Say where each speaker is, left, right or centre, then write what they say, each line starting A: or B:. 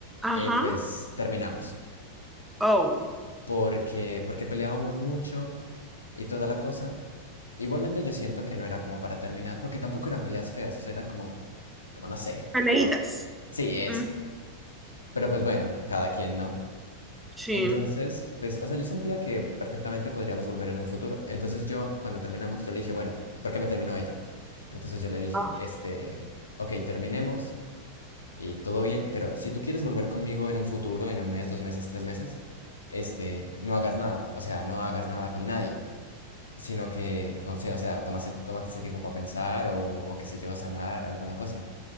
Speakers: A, in the centre; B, on the left.
A: Ajá.
B: eh, pues terminamos
A: Oh,
B: porque porque peleábamos mucho y toda la cosa. Igualmente yo siento que no era como para terminar, porque tampoco eran peleas feas, o sea, era como, como no sé,
A: peleitas.
B: cosas. Sí, eso.
A: Mm,
B: Pero pues bueno, cada quien, ¿no?
A: sí.
B: Entonces, pues, o sea, yo sentía que perfectamente podríamos volver en un futuro. Entonces yo, cuando terminamos, yo le dije, bueno, ¿por qué me terminó ella? Entonces yo le dije,
A: Ah,
B: este, ok, terminemos y todo bien, pero si tú quieres volver conmigo en un futuro, en un mes, dos meses, tres meses, este, no hagas nada, o sea, no hagas nada con nadie sino que, no sé, o sea, tomaste, tomaste ese tiempo para pensar o, o qué sé yo, sanar alguna cosa.